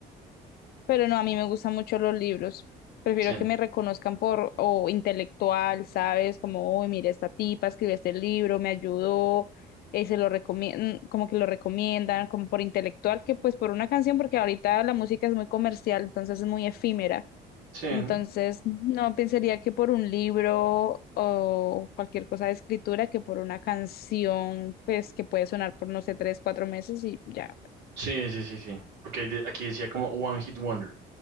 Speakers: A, on the left; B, on the right.
A: pero no, a mí me gustan mucho los libros. Prefiero
B: sí,
A: que me reconozcan por, o intelectual, ¿sabes? Como, uy, mira, esta tipa escribió este libro, me ayudó, eh, se lo recomiendan, como que lo recomiendan, como por intelectual, que pues por una canción, porque ahorita la música es muy comercial, entonces es muy efímera.
B: sí,
A: Entonces, no pensaría que por un libro o cualquier cosa de escritura, que por una canción, pues que puede sonar por, no sé, tres, cuatro meses y ya.
B: sí, sí, sí, sí. Porque de- aquí decía como One Hit Wonder.